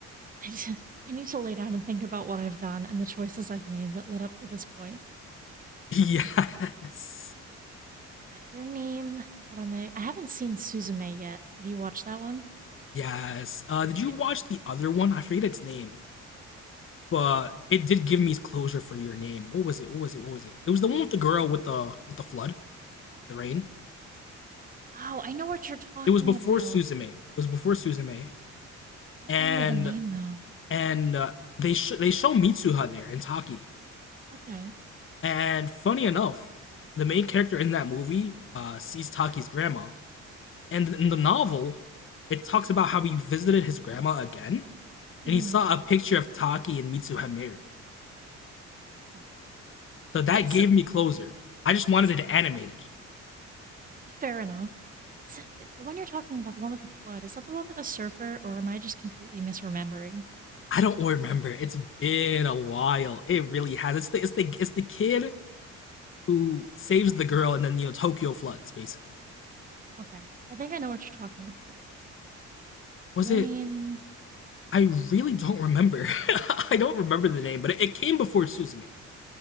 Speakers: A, on the right; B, on the left.
A: <laughs> I, just, I need to lay down and think about what I've done and the choices I've made that led up to this point.
B: <laughs> yes.
A: God, your name. What am I? I haven't seen Suzume yet. Have you watched that one?
B: Yes. Uh, did you
A: It.
B: watch the other one? I forget its name, but it did give me closure for your name. What was it? What was it? What was it? It was the one with the girl with the with the flood, the rain.
A: Oh, I know what you're talking
B: It was before
A: about.
B: Suzume. It was before Suzume,
A: I
B: and
A: don't remember the name though.
B: and uh, they sh- they show Mitsuha there and Taki.
A: Okay.
B: And funny enough, the main character in that movie uh, sees Taki's grandma And in the novel, it talks about how he visited his grandma again
A: Mhm.
B: and he saw a picture of Taki and Mitsuha married.
A: Oh,
B: So that
A: wait,
B: gave
A: so
B: me closure. I just wanted
A: s-
B: it animated.
A: fair enough. S- The one you're talking about, the one with the flood, is that the one with the surfer, or am I just completely misremembering?
B: I don't remember. It's been a while. It really has. It's the it's the it's the kid who saves the girl and then you know Tokyo floods basically.
A: Okay, I think I know what you're talking about.
B: Was
A: Your
B: it
A: name,
B: I really don't remember. <laughs> I don't remember the name, but it, it came before Suzume.